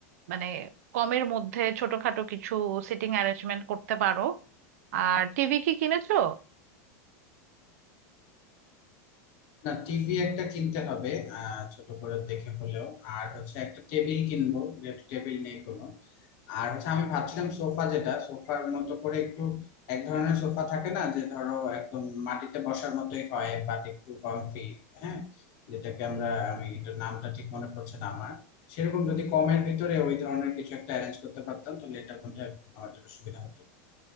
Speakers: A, on the right; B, on the left.
A: মানে কমের মধ্যে ছোটখাটো কিছু সিটিং অ্যারেঞ্জমেন্ট করতে পারো আর টিভি কি কিনেছো
B: না টিভি একটা কিনতে হবে আহ ছোট করে দেখে হলেও আর হচ্ছে একটা টেবিল কিনবো যেহেতু টেবিল নেই কোনো আর হচ্ছে আমি ভাবছিলাম সোফা যেটা সোফার মতো করে একটু এক ধরনের সোফা থাকে না যে ধরো একদম মাটিতে বসার মতোই হয় বাট একটু কমফি হ্যাঁ যেটাকে আমরা আমি এটার নামটা ঠিক মনে পড়ছে না আমার সেরকম যদি কমের ভিতরে ওই ধরনের কিছু একটা অ্যারেঞ্জ করতে পারতাম তাহলে এটা মধ্যে আমার জন্য সুবিধা হতো